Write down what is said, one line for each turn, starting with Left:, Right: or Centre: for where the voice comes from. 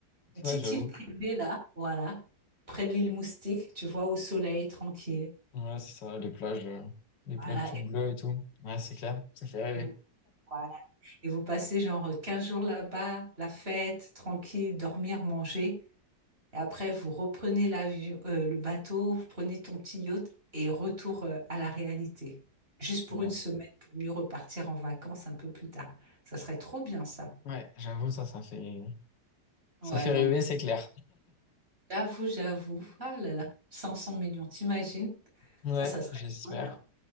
Left: <laughs>
Right: Une petite
Left: ouais, j'avoue.
Right: île privée, là, voilà. Près de l'île Moustique, tu vois, au soleil, tranquille.
Left: Ouais, c'est ça, les plages, euh, les
Right: Voilà.
Left: plages toutes
Right: Et,
Left: bleues et tout. Ouais, c'est clair, c'est clair,
Right: et vous, voilà. Et vous passez genre 15 jours là-bas, la fête, tranquille, dormir, manger. Et après, vous reprenez l'avion, euh, le bateau, vous prenez ton petit yacht et retour euh, à la réalité. Juste pour
Left: ouais.
Right: une semaine, pour mieux repartir en vacances un peu plus tard. Ça serait trop bien, ça.
Left: Ouais, j'avoue, ça, ça fait,
Right: Ouais,
Left: ça fait
Right: non.
Left: rêver, c'est clair.
Right: J'avoue, j'avoue. Ah là là, 500 millions, t'imagines?
Left: Ouais,
Right: Ça, ça serait
Left: j'espère.
Right: le bonheur.